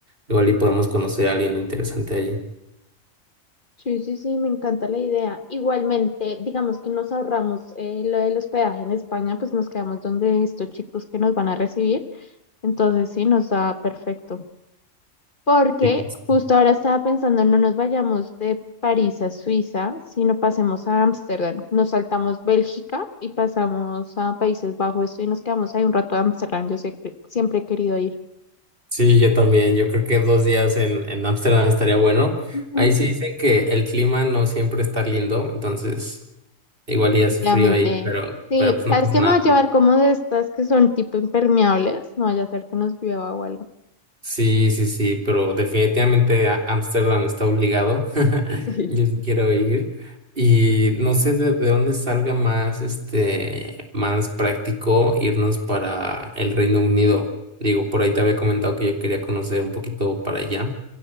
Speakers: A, on the right; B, on the left.
A: igual y podemos conocer a alguien interesante allí.
B: Sí, sí, sí, me encanta la idea. Igualmente, digamos que nos ahorramos eh, lo del hospedaje en España, pues nos quedamos donde estos chicos que nos van a recibir, entonces sí, nos da perfecto. Porque
A: Sí,
B: justo ahora estaba pensando, no nos vayamos de París a Suiza, sino pasemos a Ámsterdam. Nos saltamos Bélgica y pasamos a Países Bajos, esto y nos quedamos ahí un rato de Ámsterdam. Yo sé que siempre he querido ir.
A: Sí, yo también, yo creo que dos días en, en Ámsterdam estaría bueno.
B: Ujú.
A: Ahí sí dicen que el clima no siempre está lindo, entonces Igual
B: Definitivamente.
A: y hace frío ahí, pero,
B: Sí,
A: pero pues no
B: ¿sabes
A: pasa
B: qué
A: nada,
B: me va a llevar
A: ¿no?
B: como de estas que son tipo impermeables? No vaya a ser que nos llueva o algo. <laughs>
A: Sí, sí, sí, pero definitivamente a- Ámsterdam está obligado. <laughs>
B: sí
A: Yo sí quiero ir. Y no sé de, de dónde salga más, este, más práctico irnos para el Reino Unido. Digo, por ahí te había comentado que yo quería conocer un poquito para allá.